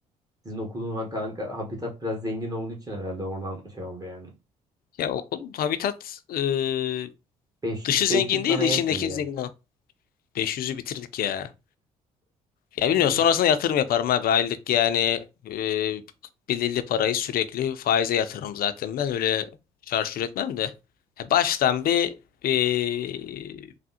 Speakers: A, on the right; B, on the left.
A: Sizin okulun ha- kanka habitat biraz zengin olduğu için herhalde oradan şey oldu yani.
B: Ya okulun habitat e,
A: 500
B: dışı zengin
A: 500 sana
B: değil de
A: yetmedi
B: içindeki
A: ya.
B: zengin. Ha, beş yüzü bitirdik ya. Ya bilmiyorum
A: E,
B: sonrasında yatırım yaparım abi aylık yani e, belirli parayı sürekli faize yatırırım zaten ben öyle çarçur etmem de. Ya baştan bir e,